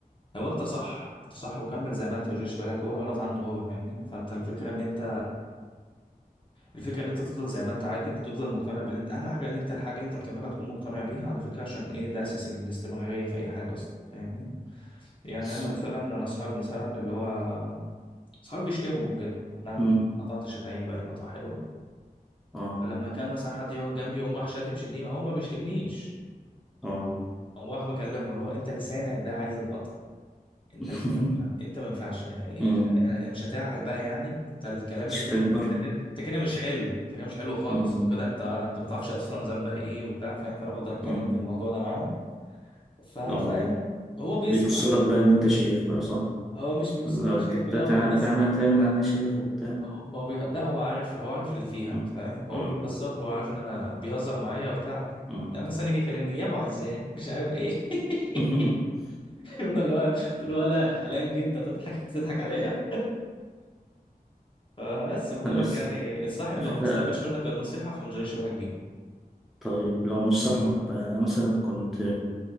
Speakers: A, on the left; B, in the centre.
A: هو انت صح انت صح وكمل زي ما انت وجيش بالك هو الغلط عنده هو فاهمني فانت الفكره ان انت الفكره ان انت تفضل زي ما انت عادي وتفضل مقتنع باللي انت اهم حاجه ان انت الحاجه اللي انت بتعملها تكون مقتنع بيها على فكره عشان ايه ده اساس الاستمراريه في اي حاجه اصلا فاهمني يعني
B: بس-
A: انا مثلا انا اصحابي مثلا اللي هو اصحابي بيشتموا وكده انا
B: مم.
A: قطعت شتايم بقالي فتره حلوه
B: اه
A: فلما كان مثلا حد يقعد جنبي يقوم راح شاتم شتيمه هو ما بيشتمنيش
B: اه
A: قام راح مكلمه اللي هو انت لسانك ده عايز القطع انت
B: <laughs>
A: لسانك مش عارف- انت ما ينفعش يعني
B: مم.
A: انت يعني مش هتعقل بقى يعني انت الكلام
B: مش
A: اللي انت
B: تكبر
A: انت كده انت كده مش حلو انت كده مش حلو خالص
B: اه
A: وكده انت انت ما تعرفش اصلا ذنبها ايه وبتاع فاهم فانا بقدر اتكلم
B: اه
A: في الموضوع ده معاهم ففاهم
B: اه
A: هو بيسمع
B: بيبص لك بقى ان انت شيخ بقى صح؟
A: هو مش بيبص
B: بقى
A: اللي هو شايف اللي هو
B: تعمل
A: بيهزر
B: تعمل تعمل انا شيخ وبتاع
A: هو ما بيه... لا هو عارف هو عارف اللي فيها
B: مم.
A: فاهم هو
B: مم.
A: بيهزر هو عارف ان انا بيهزر معايا وبتاع
B: مم.
A: يعني مثلا يجي يكلمني يا ابو عزام مش عارف ايه <laughs>
B: <laughs>
A: يفضل اللي هو قلت له ولا حلنج انت تضحك تضحك عليا فبس بقول
B: بس
A: لك يعني الصاحب
B: على
A: لو
B: فكرة
A: ما استقبلش منك النصيحه فما تشغلش بالك بيه
B: طيب لو مش صاحبك بقى يعني مثلا كنت